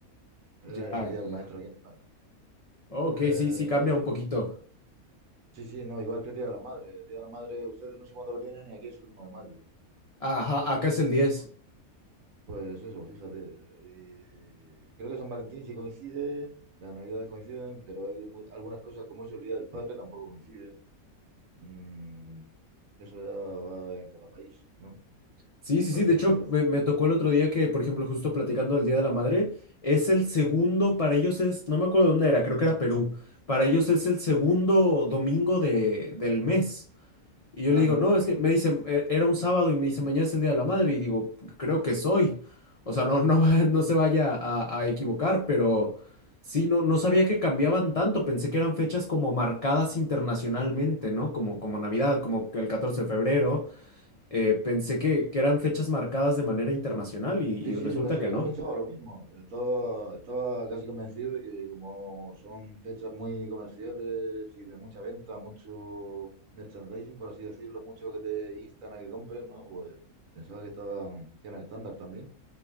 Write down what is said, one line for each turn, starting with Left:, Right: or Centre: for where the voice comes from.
Right: eh,
Left: Ya,
Right: es el Día
Left: ya.
Right: del Maestro aquí en España.
Left: Ok,
Right: Eh,
Left: sí, sí cambia un poquito.
Right: sí, sí, no, igual que el Día de la Madre. El Día de la Madre, ustedes no sé cuándo lo tienen y aquí es el uno de mayo.
Left: Ajá, acá es el diez
Right: Pu- Pues eso, fíjate. eh, y creo que San Valentín sí coincide, las Navidades coinciden, pero hay mu- algunas cosas como eso, el Día del Padre tampoco coincide. Mm, eso ya va en cada país, ¿no?
Left: Sí, sí,
Right: Por
Left: sí.
Right: así
Left: De
Right: decirlo.
Left: hecho, me, me tocó el otro día que, por ejemplo, justo platicando del Día de la Madre, es el segundo, para ellos es, no me acuerdo dónde era, creo que era Perú. Para ellos es el segundo domingo de, del mes. Y yo
Right: Ajá,
Left: le digo, no,
Right: ajá.
Left: es que me dice "E- era un sábado y me dice, mañana es el Día de la Madre. Y digo, creo que soy. O sea, no, <laughs> no, va- no se vaya a, a equivocar, pero sí, no, no sabía que cambiaban tanto. Pensé que eran fechas como marcadas internacionalmente, ¿no? Como, como Navidad, como el 14 de febrero eh, pensé que, que eran fechas marcadas de manera internacional y, y
Right: Sí,
Left: resulta
Right: sí, yo pensaba,
Left: que no.
Right: yo pensaba lo mismo. Estaba, estaba casi convencido de que como son fechas muy comerciales y de mucha venta, mucho merchandising, por así decirlo, mucho que te instan a que compres, ¿no? Pues pensaba que estaban, que eran estándar también,